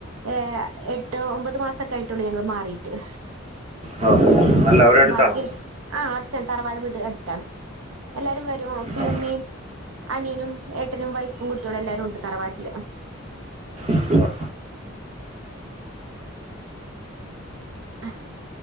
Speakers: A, on the right (about 80°); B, on the right (about 30°).
A: ഏഹ് എട്ട് ഒമ്പത് മാസൊക്കെ ആയിട്ടുള്ളൂ ഞങ്ങൾ മാറിട്ട്-
B: ആ അല്ല അവരടുത്താണോ
A: ബാക്കി ആഹ് അടുത്താണ് തറവാട് വീട് അടുത്താണ് എല്ലാരും വരും ഉപ്പേം
B: ആ
A: ഉമ്മേം അനിയനും ഏട്ടനും വൈഫും കുട്ടിയോളും എല്ലാരും ഉണ്ട് തറവാട്ടില്
B: ആ.
A: അഹ്